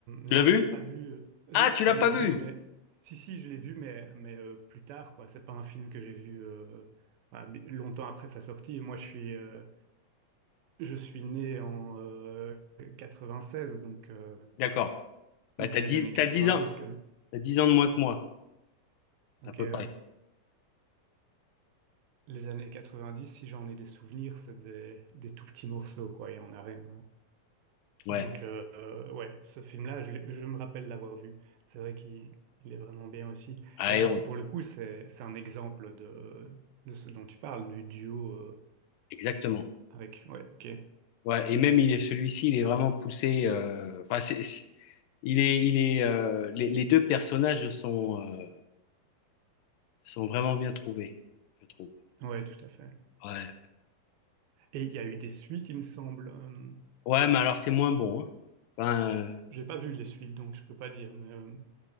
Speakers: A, on the left; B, on the right.
A: Tu
B: non,
A: l'as
B: je
A: vu?
B: l'ai pas vu. Je,
A: Ah, tu l'as
B: je
A: pas
B: l'ai vu,
A: vu?
B: mais si, si, je l'ai vu, mais, mais euh, plus tard, quoi. C'est pas un film que j'ai vu euh, bah, bi- longtemps après sa sortie. Et moi, je suis, euh, je suis né en euh, 96, donc, euh,
A: D'accord. Bah,
B: donc
A: t'as
B: les
A: dix,
B: années 90.
A: t'as dix ans.
B: que-
A: T'as 10 ans de moins que moi,
B: ok,
A: à peu
B: ouais.
A: près.
B: Les années 90, si j'en ai des souvenirs, c'est des, des tout petits morceaux, quoi, et on a rien.
A: Ouais.
B: Donc, euh, euh, ouais, ce film-là, je, l'ai- je me rappelle l'avoir vu. C'est vrai qu'il il est vraiment bien aussi.
A: Ah,
B: Et là,
A: Iron.
B: pour le coup, c'est, c'est un exemple de, de ce dont tu parles, du duo euh,
A: Exactement.
B: avec. Ouais, ok.
A: Ouais. Et même, il est celui-ci, il est vraiment poussé. euh, Enfin, c'est, c'est- il est, il est, euh, les, les deux personnages sont, euh, sont vraiment bien trouvés, je trouve.
B: Ouais, tout à fait.
A: Ouais.
B: Et il y a eu des suites, il me semble. Euh,
A: Ouais, mais alors, c'est moins bon, hein. Enfin, euh,
B: j'ai pas vu les suites, donc je peux pas dire, mais. euh,